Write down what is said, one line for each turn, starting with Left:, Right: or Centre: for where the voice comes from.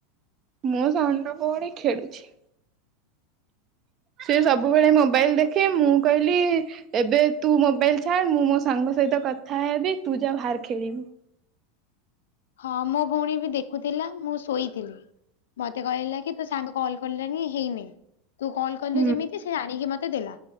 Right: ମୁଁ ସାନ <unintelligible> ପୋଉଣୀ ଖେଳୁଛି ସେ ସବୁବେଳେ ମୋବାଇଲ ଦେଖେ ମୁଁ କହିଲି ଏବେ ତୁ ମୋବାଇଲ ଛାଡ ମୁଁ ମୋ ସାଙ୍ଗ ସହିତ କଥା ହେବି ତୁ ଯା ବାହାର ଖେଳିବୁ
Left: ହଁ ମୋ ଭଉଣୀ ବି ଦେଖୁଥିଲା ମୁଁ ଶୋଇଥିଲି ମତେ କହିଲା କି ତୁ ସାଙ୍ଗ କଲ କିଲଣି ହେଇନି ତୁ କଲ କଲୁ
Right: ହୁଁ
Left: ଯେମିତି ସେ ଆଣିକି ମତେ ଦେଲା